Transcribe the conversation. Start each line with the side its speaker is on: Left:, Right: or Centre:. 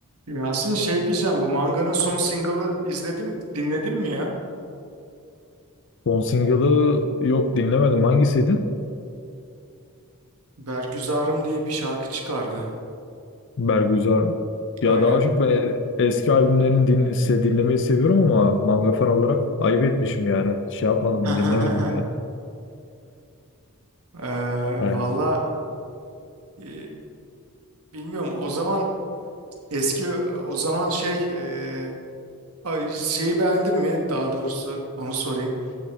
Right: Yasin şey diyeceğim bu manganın son single'ı izledim dinledin mi ya?
Left: Son single'ı yok dinlemedim. Hangisiydi?
Right: Bergüzarım diye bir şarkı çıkardı.
Left: Bergüzar mı?
Right: Aynen.
Left: Ya daha çok ben e- eski albümlerini din se- dinlemeyi seviyorum ama manga fan olarak ayıp etmişim yani. Şey yapmadım,
Right: <laughs>
Left: dinlemedim yani.
Right: Ee,
Left: He.
Right: valla e, bilmiyorum o zaman eski o zaman şey e, ay, şeyi beğendin mi? Daha doğrusu onu sorayım.